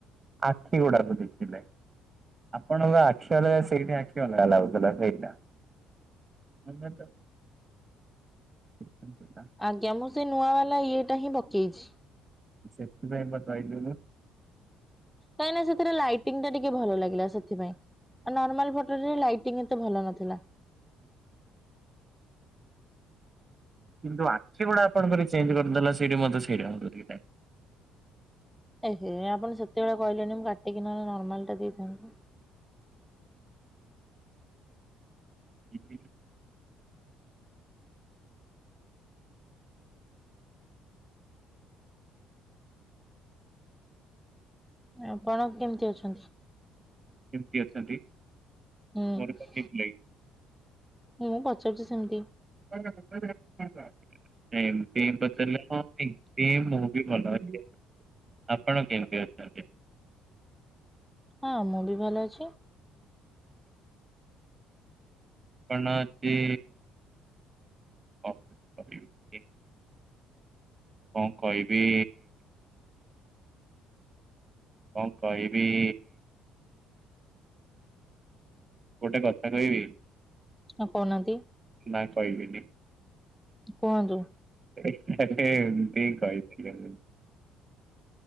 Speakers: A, on the right (about 30°); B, in the centre.
A: ଆଖି ଗୁଡାକୁ ଦେଖିଲେ। ଆପଣଙ୍କ ଆଖି ଅଲଗା ସେଇଠି ଆଖି ଅଲଗା ଲାଗୁଥିଲା ସେଇଟା। ତମେ ତ ଦେଖିଥିଲା,
B: ଆଜ୍ଞା ମୁଁ ସେଇ ନୂଆ ବାଲା ଇଏଟା ହିଁ ପକେଇଚି।
A: ସେଥିପାଇଁ ପା କହିଲି ମୁଁ।
B: କାଇଁନା ସେଥିରେ ଲାଇଟିଙ୍ଗ ଟା ଟିକେ ଭଲ ଲାଗିଲା ସେଥିପାଇଁ। ଏ ନର୍ମାଲ ଫଟରେ ଲାଇଟିଂ ଏତେ ଭଲ ନଥିଲା।
A: କିନ୍ତୁ ଆଖି ଗୁଡା ଆପଣଙ୍କର ଚେଞ୍ଜ କରିଦେଲ ସେଠି ମତେ ସେଇରା ଭଲ ଲାଗି ନାଇଁ।
B: ଏ ହେ ଆପଣ ସେତେବେଳେ କହିଲେନି ମୁଁ କାଟିକି ନ ହେଲେ ନର୍ମାଲ ଟା ଦେଇଥାନ୍ତି।
A: ହଁ <unintelligible>
B: ଆପଣ କେମିତି ଅଛନ୍ତି?
A: କେମିତି ଅଛନ୍ତି
B: ହୁଁ
A: ମୋର ହେଇଥିଲା କି?
B: ମୁଁ ପଚାରୁଚି ସେମିତି।
A: ନାଇଁ ହିଁ ଏମିତି ପଚାରିଲ କଣ ପାଇଁ? ଏଁ ମୁଁ ବି ଭଲ ଅଛି। ଆପଣ କେମତି ଅଛନ୍ତି?
B: ହଁ ମୁଁ ବି ଭଲ ଅଛି।
A: କଣ ଅଛି? କହିବି କଣ କହିବି? କଣ କହିବି? ଗୋଟେ କଥା କହିବି?
B: ହଁ କହୁନାହାଁନ୍ତି।
A: ନା କହିବିନି।
B: କୁହନ୍ତୁ।
A: ଏ ହେ ହେ ଏମିତି ହିଁ କହି ଦେଲି ଆଉ।